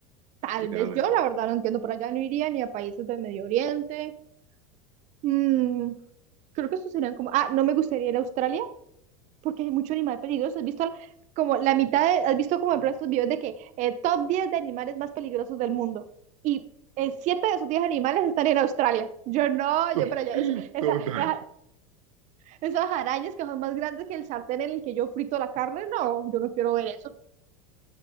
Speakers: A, on the right (about 45°); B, on the right (about 80°).
A: tal
B: literalmente.
A: vez yo, la verdad, no entiendo. Por allá no iría ni a países del Medio Oriente. Mm, creo que eso serían como. Ah, no me gustaría ir a Australia porque hay mucho animal peligroso. ¿Has visto como la mitad de, has visto como en estos videos de que eh, top 10 de animales más peligrosos del mundo? Y eh, siete de esos 10 animales están en Australia. Yo no,
B: <laughs>
A: yo para allá. Esa, esa-
B: Total.
A: esa- esas arañas que son más grandes que el sartén en el que yo frito la carne, no, yo no quiero ver eso.